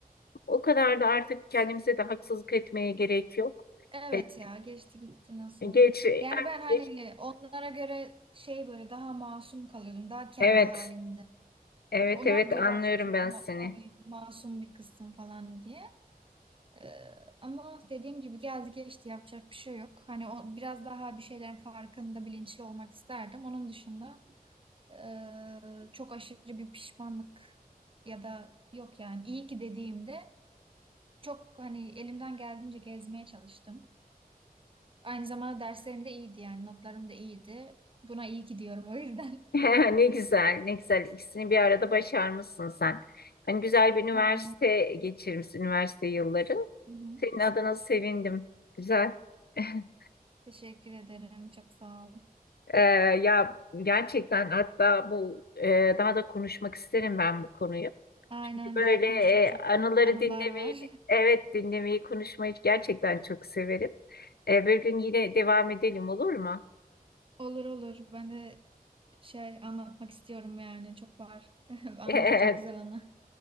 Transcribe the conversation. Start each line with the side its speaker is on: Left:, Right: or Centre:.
Left: o kadar da artık kendimize de haksızlık etmeye gerek yok.
Right: Evet
Left: E,
Right: ya geçti gitti nasıl.
Left: <laughs> geç artık
Right: Yani ben hani
Left: geç.
Right: onlara göre şey böyle daha masum kalıyordum. Daha kendi
Left: Evet,
Right: halinde.
Left: evet,
Right: Onlar
Left: evet
Right: diyorlar
Left: anlıyorum
Right: zaten
Left: ben
Right: ma-
Left: seni.
Right: hani masum bir kızsın falan diye. Ee, ama dediğim gibi geldi geçti yapacak bir şey yok. Hani o biraz daha bir şeylerin farkında bilinçli olmak isterdim. Onun dışında ee, çok aşırı bir pişmanlık ya da yok yani iyi ki dediğimde Çok hani elimden geldiğince gezmeye çalıştım. Aynı zamanda derslerim de iyiydi yani notlarım da iyiydi. Buna iyi gidiyorum o yüzden.
Left: <laughs> Ne güzel, ne güzel. İkisini bir arada başarmışsın sen. Hani güzel bir üniversite
Right: <laughs> Aynen.
Left: geçirmişsin, üniversite yılları.
Right: Hı hı.
Left: Senin adına sevindim. Güzel. <laughs>
Right: Teşekkür ederim. Çok sağ ol.
Left: Ee, ya gerçekten hatta bu e, daha da konuşmak isterim ben bu konuyu.
Right: Aynen
Left: Çünkü böyle
Right: daha konuşacak
Left: e,
Right: çok
Left: anıları
Right: anılar
Left: dinlemeyi,
Right: var.
Left: evet dinlemeyi, konuşmayı gerçekten çok severim. E, bir gün yine devam edelim olur mu?
Right: <laughs> Olur olur. Ben de şey anlatmak istiyorum yani. Çok var. <laughs> Anlatacak
Left: <laughs>
Right: güzel anı.